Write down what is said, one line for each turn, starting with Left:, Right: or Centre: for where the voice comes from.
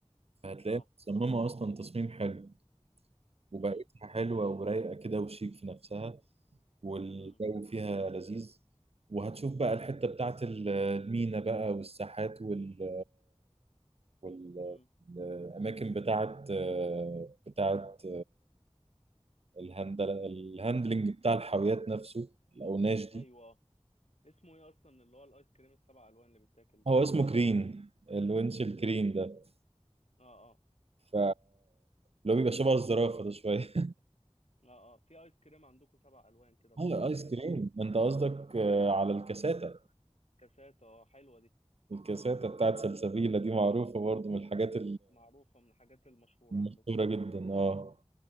Right: فهتلاقيها
Left: اه
Right: متصممه اصلا تصميم حلو وبقيتها
Left: امم
Right: حلوه ورايقه كده وشيك في نفسها والجو
Left: امم
Right: فيها لذيذ وهتشوف بقى الحتة بتاعت المينا بقى والساحات وال وال-
Left: امم
Right: الأماكن بتاعت بتاعت الهندل الهاندلنج بتاع الحاويات نفسه الأوناش دي
Left: ايوه اه اسمه ايه اصلا اللي هو الايس كريم السبع الوان اللي بيتاكل ده
Right: هو اسمه كرين الونش الكرين ده
Left: اه اه
Right: ف لو بيبقى شبه الزرافة ده شوية
Left: اه اه في ايس كريم عندكم سبع الوان كده
Right: <laughs>
Left: في
Right: اه
Left: بعض
Right: ايس
Left: اسمه
Right: كريم
Left: ايه
Right: انت قصدك آه، على الكاساتا
Left: كاسات اه حلوه دي
Right: الكاساتا بتاعت سلسبيلة دي معروفة برضو من الحاجات
Left: معروفه من الحاجات المشهوره
Right: المشهورة
Left: عندكم
Right: جدا اه